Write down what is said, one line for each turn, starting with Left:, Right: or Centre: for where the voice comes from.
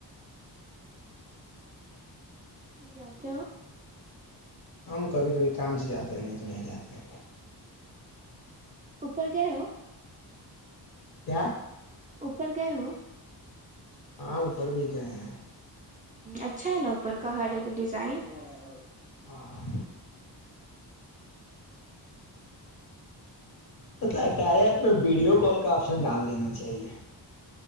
Right: تم جاناتتے ہو
Left: ہم کبھی کبھی کام سے جاتے ہیں نہیں تو نہیں جاتے
Right: اپر گئے ہو
Left: کیا
Right: اوپر گئے ہو
Left: ہاں اوپر بھی گئے ہیں
Right: اچھا ہے نا اوپر کا ہر ایک ڈیزائن اور
Left: ہاں
Right: شادی کر
Left: پت کار آت میں ویڈیو کال کا آپشن ڈال دینا چاہیے